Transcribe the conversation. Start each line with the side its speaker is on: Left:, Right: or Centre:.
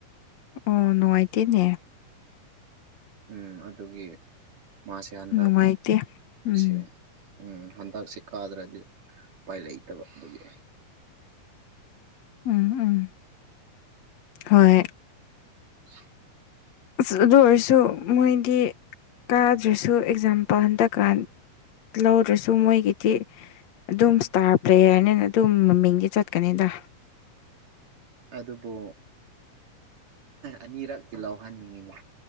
Left: ꯑꯣ ꯅꯨꯡꯉꯥꯏꯇꯦꯅꯦ
Right: ꯎꯝ ꯑꯗꯨꯒꯤ ꯃꯥꯁꯦ ꯍꯟꯗꯛ
Left: ꯅꯨꯡꯉꯥꯏꯇꯦ ꯎꯝ
Right: ꯁꯦ ꯎꯝ ꯍꯟꯇꯛꯁꯦ ꯀꯥꯗ꯭ꯔꯗꯤ ꯎꯄꯥꯏ ꯂꯩꯛꯇꯕ ꯑꯗꯨꯒꯤ
Left: ꯎꯝ ꯎꯝ ꯍꯣꯏ
Right: <inaudible>
Left: ꯑꯁ ꯑꯗꯨ ꯑꯣꯏꯔꯁꯨ ꯃꯣꯏꯗꯤ ꯀꯥꯗ꯭ꯔꯁꯨ ꯑꯦꯛꯖꯥꯝ ꯄꯍꯟꯗꯀꯥꯟ ꯂꯧꯗ꯭ꯔꯁꯨ ꯃꯣꯏꯒꯤꯗꯤ ꯑꯗꯨꯝ ꯏꯁꯇꯥꯔ ꯄ꯭ꯂꯦꯌꯔꯅꯤꯅ ꯑꯗꯨꯝ ꯃꯃꯤꯡꯗꯤ ꯆꯠꯀꯅꯤꯗ
Right: ꯑꯗꯨꯕꯨ ꯑꯅꯤꯔꯛꯇꯤ ꯂꯧꯍꯟꯅꯤꯡꯉꯤꯅꯦ